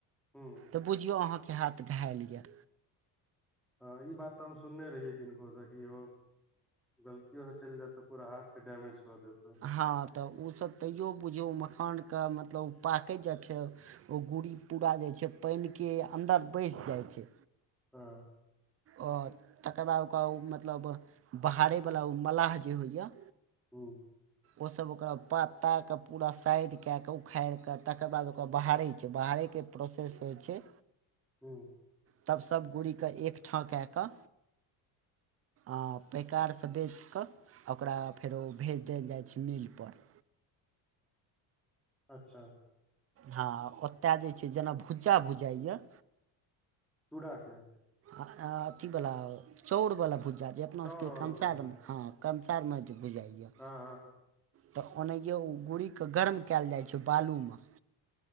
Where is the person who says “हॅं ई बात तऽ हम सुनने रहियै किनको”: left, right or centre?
Centre